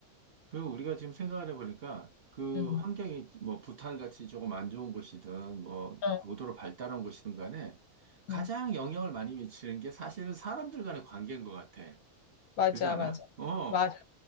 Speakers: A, on the right; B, on the left.
A: 그리고 우리가 지금 생각을 해보니까 그
B: 음,
A: 환경이 뭐 부탄같이 조금 안 좋은 곳이든 뭐
B: 어,
A: 그 고도로 발달한 곳이든 간에 가장
B: 음.
A: 영향을 많이 미치는 게 사실은 사람들 간의 관계인 것 같아.
B: 맞아,
A: 그러지 않아?
B: 맞아.
A: 어.
B: 맞아.